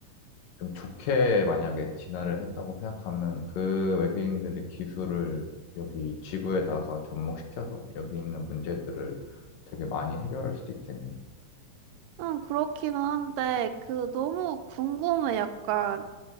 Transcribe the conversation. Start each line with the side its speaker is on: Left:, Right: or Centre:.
Left: 좀 좋게 만약에 진화를 했다고 생각하면 그 외계인들의 기술을 여기 지구에다가 접목시켜서 여기 있는 문제들을 되게 많이 해결할 수도 있겠네.
Right: 응, 그렇기는 한데, 그, 너무 궁금해. 약간,